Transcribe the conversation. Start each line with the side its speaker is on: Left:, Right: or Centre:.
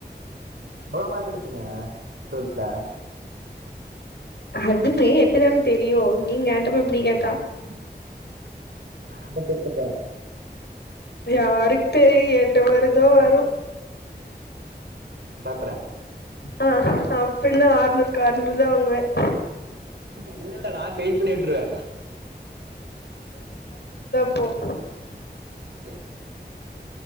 Right: எவ்ளோ மார்க் எடுப்பீங்க டு வெல்த்ல
Left: அது மே எட்டுதான தெரியும் நீங்க என்ட போய் இப்படி கே
Right: ம் ம் நா தா திருத்த போற
Left: யாருக் தெரியு என்ன வருதோ வரு
Right: ப்புற
Left: ஆஹ் அப்படின்னா அறுநூறுக்கு அறநூறு தான் வாங்குவேன்
Right: இல்ல இல்ல நா ஃபைல் பண்ணி விற்றுவ
Left: போ
Right: உம்